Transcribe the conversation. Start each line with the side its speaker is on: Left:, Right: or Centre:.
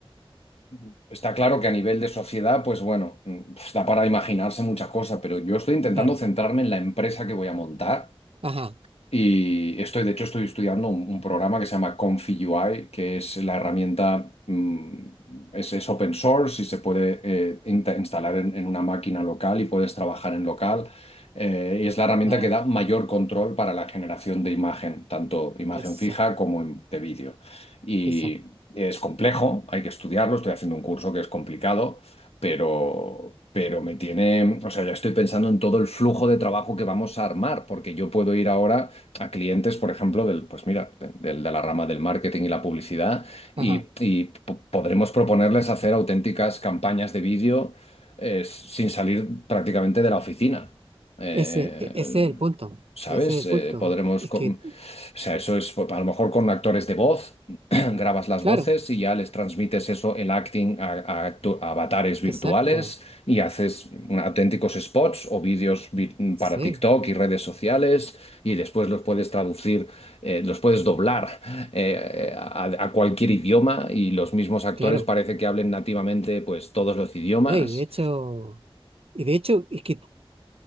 Left: Ujú. Está claro que a nivel de sociedad, pues bueno, mm, pues da para imaginarse muchas cosas, pero yo estoy intentando
Right: Claro.
Left: centrarme en la empresa que voy a montar.
Right: Ajá,
Left: Y estoy, de hecho, estoy estudiando un, un programa que se llama Confi UI, que es la herramienta, mm, es, es open source y se puede eh, inta- instalar en, en una máquina local y puedes trabajar en local. Eh, y es la herramienta
Right: bueno,
Left: que da mayor control para la generación de imagen, tanto imagen
Right: eso,
Left: fija como en- de vídeo. Y
Right: exacto.
Left: es complejo, hay que estudiarlo, estoy haciendo un curso que es complicado pero, pero me tiene, o sea, ya estoy pensando en todo el flujo de trabajo que vamos a armar, porque yo puedo ir ahora a clientes, por ejemplo, del, pues mira, de, del- de la rama del marketing y la publicidad,
Right: Ajá.
Left: y, y po- podremos proponerles hacer auténticas campañas de vídeo eh, sin salir prácticamente de la oficina. Eh,
Right: Ese, e- ese es el punto.
Left: ¿sabes?
Right: Ese es el
Left: Eh,
Right: punto.
Left: podremos...
Right: Es
Left: con-
Right: que,
Left: O sea, eso es, a lo mejor con actores de voz, <clears throat> grabas las
Right: claro,
Left: voces y ya les transmites eso, el acting, a, a actu- a avatares virtuales
Right: exacto.
Left: y haces auténticos spots o vídeos vi-
Right: Sí,
Left: para TikTok y redes sociales y después los puedes traducir, eh, los puedes doblar eh, a, a cualquier idioma y los mismos actores
Right: claro.
Left: parece que hablen nativamente pues todos los idiomas.
Right: No, y de hecho, y de hecho es que